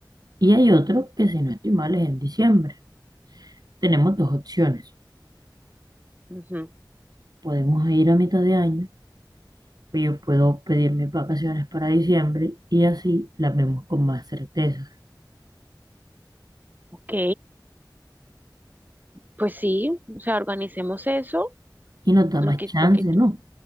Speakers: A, on the right; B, on the right.
A: Y hay otro que, si no estoy mal, es en diciembre. Tenemos dos opciones.
B: Ujú,
A: Podemos ir a mitad de año, o yo puedo pedir mis vacaciones para diciembre y así las vemos con más certeza.
B: Ok. Pues sí, o sea, organicemos eso,
A: Y nos da
B: lo
A: más
B: que,
A: chance,
B: lo que tú.
A: ¿no?